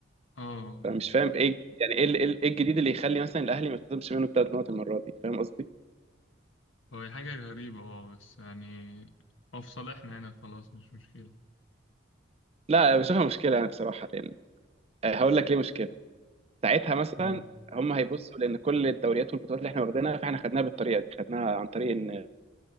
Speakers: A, on the left; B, on the right.
A: اه بالظبط
B: فمش فاهم ايه يعني ايه ال- إيه ال- إيه الجديد اللي يخلي مثلا الاهلي ما يتخصمش منه ثلاث نقط المره دي فاهم قصدي؟
A: هو هي حاجة غريبة اه بس يعني هو في صالحنا هنا خلاص مش مشكلة
B: لا بشوفها مشكله يعني بصراحه لان آه، هقول لك ليه مشكله ساعتها مثلا
A: و...
B: هم هيبصوا لان كل الدوريات والبطولات اللي احنا واخدينها فاحنا خدناها بالطريقه دي خدناها عن طريق ان